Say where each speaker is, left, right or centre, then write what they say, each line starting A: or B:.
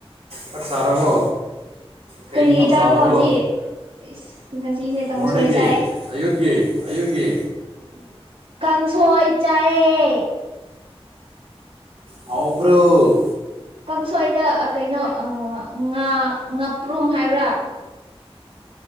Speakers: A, on the right (about 80°); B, on the right (about 65°).
A: ꯆꯥꯛ ꯆꯥꯔꯕꯣ? ꯀꯩ
B: ꯀꯔꯤꯒꯤ
A: ꯏꯟꯁꯥꯡ
B: ꯆꯥꯛꯅꯣ
A: ꯆꯥꯕ꯭ꯔꯣ
B: ꯍꯧꯖꯤꯛ ꯏꯁ ꯉꯁꯤꯁꯦ ꯀꯥꯡꯁꯣꯏ
A: ꯃꯣꯔꯅꯤꯡꯒꯤ
B: ꯆꯥꯏ
A: ꯑꯌꯨꯠꯀꯤ ꯑꯌꯨꯛꯀꯤ
B: <unintelligible> ꯀꯥꯡꯁꯣꯏ ꯆꯥꯏꯌꯦ꯫
A: ꯍꯥꯎꯕ꯭ꯔꯣ?
B: ꯀꯥꯡꯁꯣꯏꯗ ꯑ ꯀꯩꯅꯣ ꯑꯥ ꯉꯥ ꯉꯥꯄ꯭ꯔꯨꯝ ꯍꯥꯏꯕ꯭ꯔꯥ <inaudible>